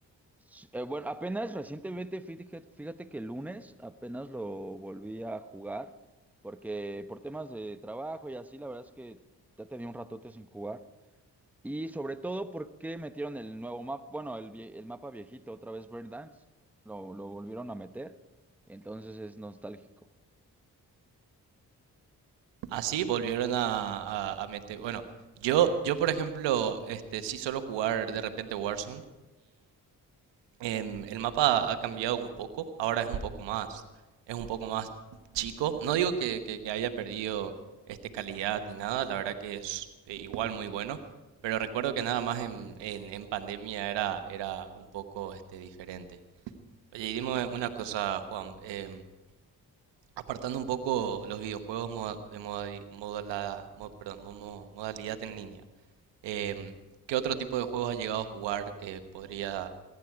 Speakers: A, in the centre; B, on the right.
A: S- eh, bueno, apenas recientemente, fíjate, fíjate que el lunes apenas lo volví a jugar, porque por temas de trabajo y así, la verdad es que ya tenía un ratote sin jugar. Y sobre todo, ¿por qué metieron el nuevo mapa? Bueno, el, vie- el mapa viejito, otra vez Breakdance, lo, lo volvieron a meter. Entonces es nostálgico.
B: Así volvieron a, a- a meter... Bueno, yo, yo por ejemplo, este, sí suelo jugar de repente Warzone. Em, el mapa ha cambiado un poco, ahora es un poco más, es un poco más chico. No digo que, que- que haya perdido este calidad ni nada, la verdad que es eh, igual muy bueno, pero recuerdo que nada más en, en- en pandemia era, era un poco este, diferente. Oye, y dime una cosa, Juan, em, apartando un poco los videojuegos moda- de modali- modala- mo- perdón, mo- mo- modalidad en línea, em, ¿qué otro tipo de juegos has llegado a jugar que podría